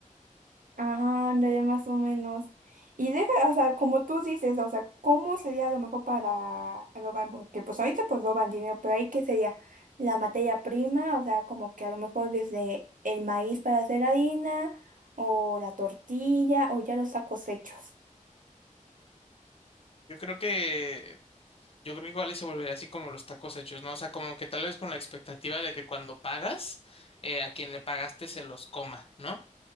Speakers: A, on the right; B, on the left.
A: Ajá, ándale, más o menos. Y deja, o sea, como tú dices, o sea, ¿cómo sería lo mejor para robar? Porque pues ahorita pues roban dinero, pero ahí qué sería la materia prima, o sea, como que a lo mejor desde el maíz para hacer harina, o la tortilla, o ya los tacos hechos.
B: Yo creo que, yo creo que igual y se volvería así como los tacos hechos, ¿no? O sea, como que tal vez con la expectativa de que cuando pagas, eh, a quien le pagaste se los coma, ¿no?